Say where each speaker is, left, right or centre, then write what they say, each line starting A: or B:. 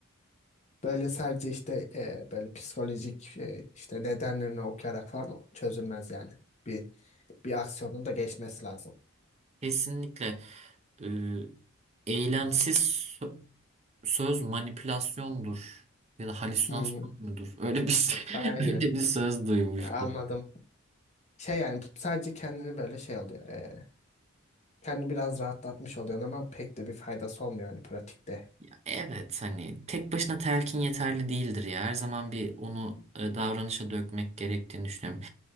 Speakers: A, on the left; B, on the right.
A: Böyle sadece işte e, böyle psikolojik e, işte nedenlerini okuyarak falan çözülmez yani. Bir bir aksiyonun da geçmesi lazım.
B: kesinlikle e, eylemsiz sö- söz manipülasyondur ya da halüsinasyon
A: Hmm,
B: mudur? Öyle bir şey-
A: aynen.
B: <laughs> öyle bir söz duymuştum.
A: Anladım. Şey yani sadece kendini böyle şey oluyor. E, kendini biraz rahatlatmış oluyorsun ama pek de bir faydası olmuyor yani pratikte.
B: Ya Evet hani tek başına telkin yeterli değildir ya. Her zaman bir onu e, davranışa dökmek gerektiğini düşünüyorum.